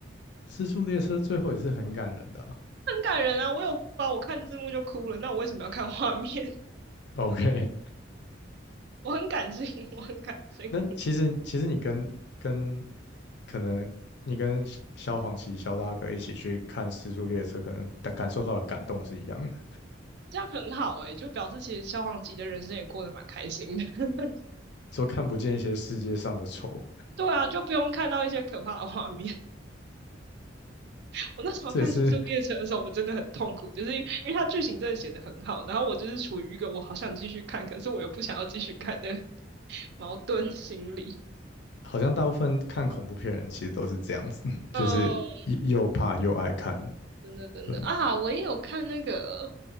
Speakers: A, on the left; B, on the right.
A: 《失速列车》最后也是很感人的啊
B: <laughs> 很感人啊！我有哭啊，我看字幕就哭了。那我为什么要看画面？<laughs>
A: OK，
B: 我很感性，我很感性，
A: <laughs> 那其实其实你跟跟可能你跟萧萧煌奇、萧大哥一起去看《失速列车》，可能感感受到的感动是一样的，
B: 这样很好诶、欸就表示其实消防级的人生也过得蛮开心的。<laughs>
A: 说看不见一些世界上的丑，
B: 对啊，就不用看到一些可怕的画面。<laughs> 我那时候看《失速列车》的时候，
A: 这也是
B: 我真的很痛苦，就是因为它剧情真的写得很好，然后我就是处于一个我好想继续看，可是我又不想要继续看的 <laughs> 矛盾心理。
A: 好像大部分看恐怖片人其实都是这样子，<laughs> 就是又又怕又爱看。
B: 哦。真的真的啊，
A: 对，
B: 我也有看那个，